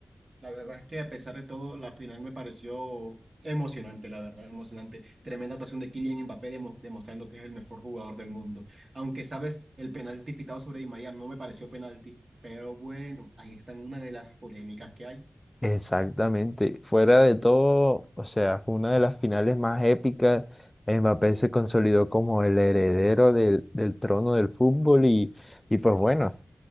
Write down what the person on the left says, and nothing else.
Exactamente. Fuera de todo, o sea, fue una de las finales más épicas. Mbappé se consolidó como el heredero del, del trono del fútbol y, y pues bueno,